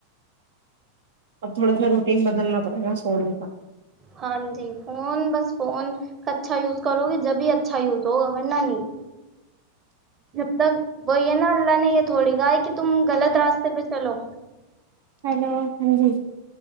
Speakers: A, on the right; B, on the right.
A: اب تھوڑا سا روٹین بدلنا پڑے گا سونے کا
B: ہاں جی فون بس فون اچھا یز کرو گے جب بھی اچھا یوز ہوگا بننا نہیں جب تک وہی ہے نا اللہ نے یہ تھوڑی گائے کہ تم غلط راستے پہ چلو
A: ہیلو ہاں جی